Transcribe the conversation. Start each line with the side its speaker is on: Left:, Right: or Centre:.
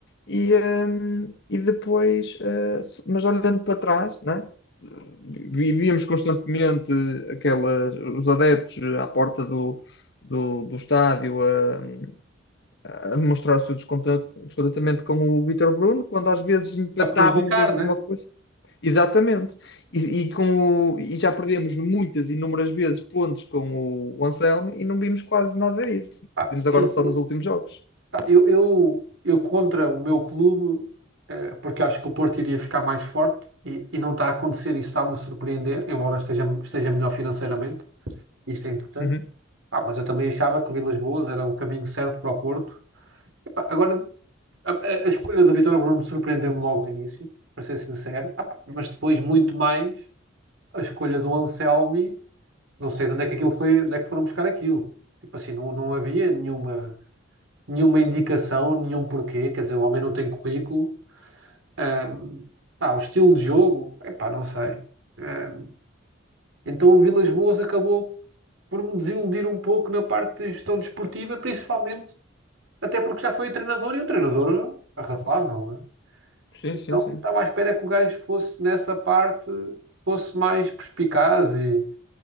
Left: E, ehm, e depois, eh, mas olhando para trás, né? vi- constantemente aquelas, os adeptos à porta do, do, do estádio a, a demonstrar o seu descontento- descontentamento com o Vítor Bruno, quando às vezes empatávamos
Right: A prejudicar,
Left: ou por
Right: né?
Left: uma coisa. Exatamente. E, e com o- e já perdemos muitas, inúmeras vezes pontos com o, o Anselmo e não vimos quase nada disso.
Right: Pá,
Left: Vimos
Right: sim,
Left: agora só
Right: eu,
Left: nos últimos jogos.
Right: pá, eu, eu, eu contra o meu clube, eh, porque acho que o Porto iria ficar mais forte e, e não está a acontecer, isso está-me a surpreender, embora esteja, esteja melhor financeiramente, isso é importante.
Left: Uhum.
Right: Ah, mas eu também achava que o Vilas Boas era o caminho certo para o Porto. Epá, agora, a, a- a escolha do Vítor Bruno surpreendeu-me logo no início, para ser sincero. Ah, pá, mas depois, muito mais, a escolha do Anselmi, não sei de onde é que aquilo foi, onde é que foram buscar aquilo. Tipo assim, não, não havia nenhuma, nenhuma indicação, nenhum porquê. Quer dizer, o homem não tem currículo. Ahm, pá, o estilo de jogo, epá, não sei. Ah, então o Vilas Boas acabou por me desiludir um pouco na parte de gestão desportiva, principalmente Até porque já foi o treinador e o treinador arrasável, não é?
Left: Sim,
Right: Então
Left: sim, sim.
Right: estava à espera que o gajo fosse nessa parte, fosse mais perspicaz e,